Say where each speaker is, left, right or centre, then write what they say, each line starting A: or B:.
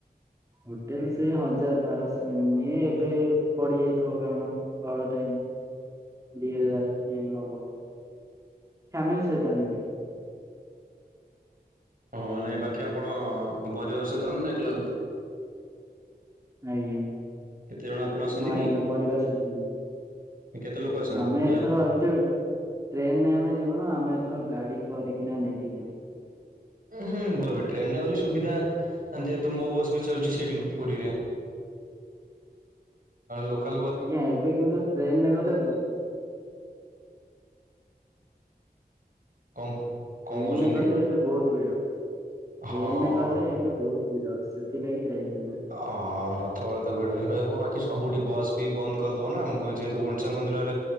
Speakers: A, on the right; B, on the right.
A: ହୋଟେଲ ସେ ହଜାର ବାରଶହ ଏନ ଏବେ ବଢି ଯାଇଥିବ କାରଣ ବଡ ଟାଇମ ଦୁଇ ହଜାର ନବ ଫ୍ୟାମିଲି ସହିତ ଆମେ ଯିବି
B: ହଁ ନାଇଁ ବାକି ଆପଣ ପରିବାର ସହିତ ଆନ୍ତୁ ନା ଏକନ୍ତି
A: ଆଜ୍ଞା ହଁ
B: କେତେ ଜଣ ଆପଣ ଆସନ୍ତି
A: ଆଜ୍ଞା
B: କି?
A: ପରିବାର ସହିତ ବି
B: କେତେ ଲୋକ ଆସନ୍ତି?
A: ଆମେ
B: ଯେ
A: ଏଥର ଭାବିଚୁ। ଟ୍ରେନରେ ଆମେ ଯିବୁନୁ ଆମେ ଏଥର ଗାଡି କରିକିନା ନେଇକି ଯିବୁ।
B: ଉଁ ହୁଁ ଭଲ ବି ଟ୍ରେନରେ ଗଲେ ସୁବିଧା। ଯେହେତୁ ମୋ ବସ୍ ବି ଚାଲୁଛି ସେିଠି ପୁରୀରେ ଲୋକା
A: ଆଜ୍ଞା ଏବେ କିନ୍ତୁ ଟ୍ରେନରେ ଗଲେୁ
B: କଣ କଣ
A: ଟ୍ରେନରେ
B: କହୁଛନ୍ତି?
A: ଗଲେ ଏବେ ବହୁତ ଭିଡ ଟ୍ରେନରେ
B: ହଁ।
A: ଗଲେ ଏବେ ବହୁତ ର ସେଥିଲାଗି ଯାଇ ହୁନା
B: ଅଁ ରଥ ବେଳେ ତ ଭିଡ ହିଁ ରହିବ ବାକି ସବୁଠି ବସ୍ ବି ବନ୍ଦ କରିଦବ ନା ଆମକୁ ଯେହେତୁ ଗୁଣ୍ଡିଚା ମନ୍ଦିରରେ